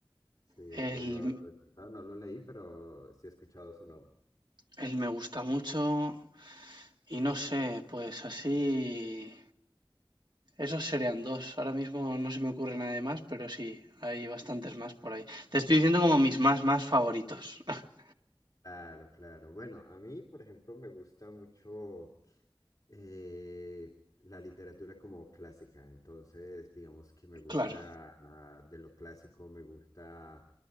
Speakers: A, on the left (about 45°); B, on the right (about 55°).
A: Sí,
B: Él,
A: ese lo, lo he escuchado, no lo leí, pero sí he escuchado su nombre.
B: él me gusta mucho y no sé, pues así, esos serían dos. Ahora mismo no se me ocurre nada más, pero sí, hay bastantes más por ahí. Te estoy diciendo como mis más, más favoritos. <laughs>
A: Claro, claro. Bueno, a mí, por ejemplo, me gusta mucho eh, la literatura como clásica. Entonces, digamos que me gusta
B: Claro,
A: ah, de lo clásico, me gusta